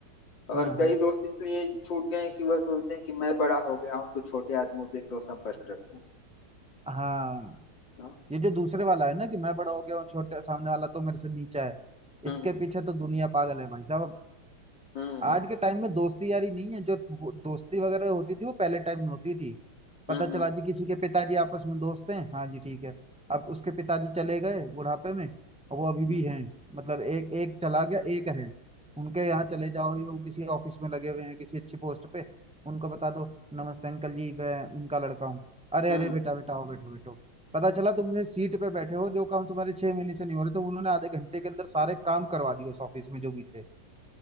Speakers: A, on the left (about 55°); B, in the centre.
A: और
B: हाँ
A: कई
B: हाँ
A: दोस्त इसलिए छूट गए हैं कि वह सोचते हैं कि मैं बड़ा हो गया हूँ तो छोटे आदमियों से क्यों संपर्क रखूं
B: हाँ
A: ना
B: ये जो दूसरे वाला है ना कि मैं बड़ा हो गया हूँ छोटे सामने वाला तो मेरे से नीचा है
A: हम्म
B: इसके पीछे तो दुनिया पागल है भाई साहब
A: हम्म
B: आज
A: हम्म
B: के टाइम में दोस्ती यारी नहीं है जो वो दोस्ती वगैरह होती थी वो पहले टाइम में होती थी पता
A: हम्म
B: चला जी किसी के पिताजी आपस में दोस्त हैं हाँ जी ठीक है अब उसके पिताजी चले गए बुढ़ापे में और वो अभी भी
A: हम्म
B: हैं मतलब एक एक चला गया एक है उनके यहाँ चले जाओ ये वो किसी ऑफिस में लगे हुए हैं किसी अच्छी पोस्ट पे उनको बता दो नमस्ते अंकल जी मैं उनका लड़का हूँ अरे
A: हम्म।
B: अरे बेटा बेटा आओ बैठो बैठो पता चला तुम सीट पे बैठे हो जो काम तुम्हारे छह महीने से नहीं हो रहे तो उन्होंने आधे घंटे के अंदर सारे काम करवा दिए उस ऑफिस में जो भी थे